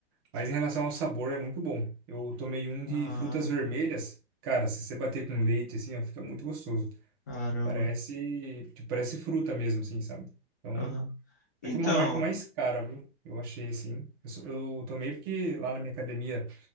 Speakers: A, on the right (about 20°); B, on the left (about 15°).
A: Mas em relação ao sabor, é muito bom. Eu tomei um
B: Ah.
A: de frutas vermelhas. Cara, se você bater com leite, assim, ó, fica muito gostoso.
B: Caramba.
A: Parece, tipo, parece fruta mesmo, assim, sabe? Então,
B: Aham. Então,
A: é que é uma marca mais cara, viu? Eu achei, assim. Eu, só- eu tomei porque lá na minha academia